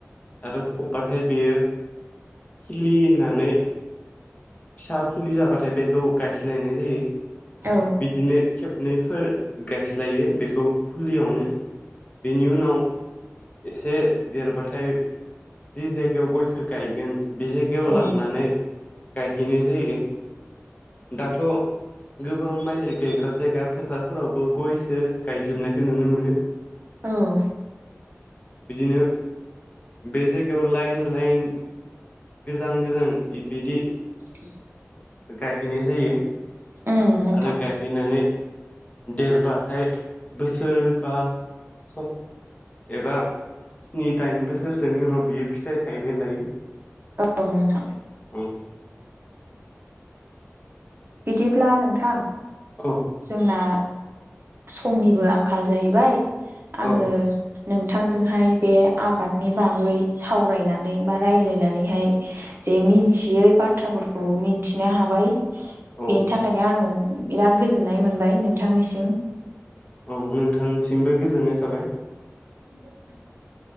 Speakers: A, on the left; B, on the right.
A: आरो फबबाथाय बेयो खिलि होननानै फिसा फुलि जाबाथाय बेखौ गायस्लायनाय जायो
B: औ
A: बिदिनो खेबनै फोर गायस्लायो बेखौ फुलियावनो बेनि उनाव एसे देरबाथाय जि जाय जायगायाव गयखो गायगोन बे जायगायाव
B: औ
A: लांनानै गायहैनाय जायो। दाथ' गोबां माइ गायग्रा जायग्रा फोथारफोरावबो गयसो गायजोबनायखौ नुनो मोनो।
B: औ
A: बिदिनो बे जायगायाव लाइन लाइन गोजान गोजान बेदि
B: <inaudible>
A: गायहैनाय जायो
B: उम नोंथां
A: आरो गायहैनानै देरबाथाय बोसोरबा <inaudible> एबा स्नि दाइन बोसोरसोनि उनाव बियो फिथाइ थायनो लायो।
B: औ नोंथां।
A: औ
B: बिदिब्ला नोंथां
A: औ
B: जोंना समनिबो आंखाल जाहैबाय
A: औ
B: आङो नोंथांजोंहाय बे आबादनि बागै सावरायनानै बा रायज्लायनानैहाय जे मिथियै बाथ्राफोरखौ मिथिनो हाबाय।
A: औ
B: बेनि थाखायनो आङो बिराद गोजोननाय मोनबाय नोंथांनिसिम।
A: औ नोंथांसिमबो गोजोननाय थाबाय।
B: <inaudible>